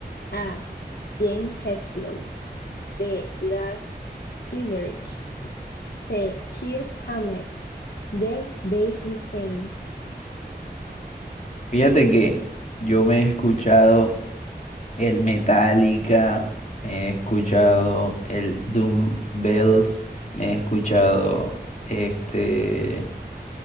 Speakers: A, on the left; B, on the left.
A: A. James Hetfield. B. Lars Ulrich. C. Kirk Hammett. D. Dave Mustaine.
B: Fíjate que yo me he escuchado el Metallica, me he escuchado el Doom Bells, me he escuchado este.